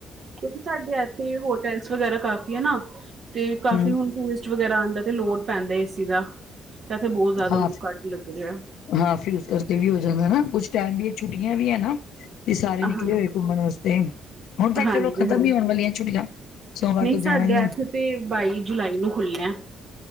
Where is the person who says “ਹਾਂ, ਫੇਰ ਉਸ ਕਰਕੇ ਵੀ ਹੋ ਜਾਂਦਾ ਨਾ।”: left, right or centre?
Left